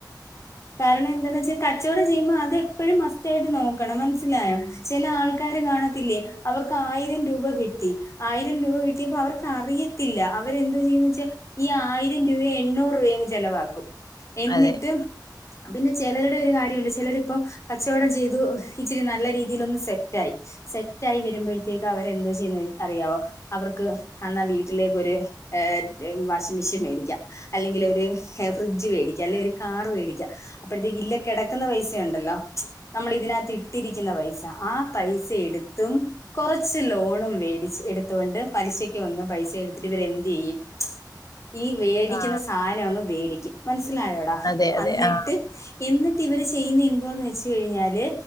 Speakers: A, on the left (about 40°); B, on the left (about 55°).
A: കാരണം എന്തെന്ന് വെച്ച കച്ചോടം ചെയ്യുമ്പോ അത് എപ്പോഴും മസ്റ്റായിട്ട് നോക്കണം മനസ്സിലായോ ചെല ആൾ ആൾക്കാര് കാണത്തില്ലേ അവർക്ക് ആയിരം രൂപ കിട്ടി ആയിരം രൂപ കിട്ടിയപ്പോ അവർക്കറിയ ത്തില്ല അവരെന്തോ ചെയ്യൂന്ന് വെച്ച ഈ ആയിരം രൂപ എണ്ണൂറ് രൂപയങ് ചെലവാക്കും എന്നിട്ട്
B: അതെ
A: പിന്നെ ചെലരുടെ ഒരു കാര്യുണ്ട് ചെലരിപ്പം കച്ചോടം ചെയ്തു ഇച്ചിരി നല്ല രീതിയിലൊന്ന് സെറ്റായി സെറ്റായി വരുമ്പോഴത്തേ അവരെന്തോ ചെയ്യുന്നെ അറിയാവോ അവർക്ക് അന്നാവീട്ടിലേക്കൊര് ഏഹ് എ വാഷിംഗ് മിഷൻ മേടിക്കാം അല്ലെങ്കിലൊര് ഹെ ഫ്രിഡ്ജ് വേടിക്കാം അല്ലെ ഒര് കാറ് വേടിക്കാം ക്ക അപ്പഴത്തേക്ക് ഇല്ലേ കെടക്ക്ന്ന പൈസുണ്ടല്ലോ മ്ച് നമ്മളിതിനകത്തിട്ടിരിക്ക്ന്ന പൈസ ആഹ് പൈസയെടുത്തും കൊറച്ച് ലോണും മേടിച്ച് എടുത്തൊണ്ട് പലിശക്ക് വന്ന് പൈസ എടുത്തിട്ട് ഇവര് എന്ത് യ്യും? ഈ വേടിക്കുന്ന
B: ആ
A: സാനം അങ്ങ് വേടിക്കും മനസ്സിലായോടാ?
B: അതെ അതെ
A: അന്നിട്ട്
B: ആ
A: എന്നിട്ട് ഇവര് ചെയ്യുന്ന എന്തുവാന്ന് വെച്ച് കഴിഞ്ഞാല്?